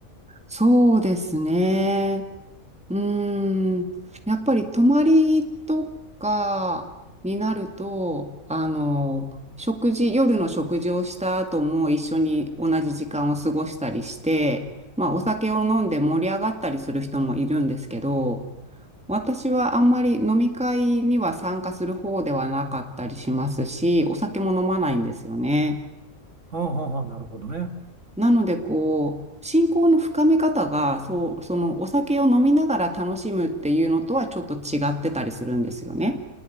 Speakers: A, in the centre; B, on the right (about 55°).
A: そうですね。うーん、やっぱり泊まりとかになると、あの、食事、夜の食事をした後も一緒に同じ時間を過ごしたりして、まあお酒を飲んで盛り上がったりする人もいるんですけど、私はあんまり飲み会には参加する方ではなかったりしますし、お酒も飲まないんですよね。
B: はあはあはあ、なるほどね。
A: なので、こう、信仰の深め方が、そう、そのお酒を飲みながら楽しむっていうのとはちょっと違ってたりするんですよね。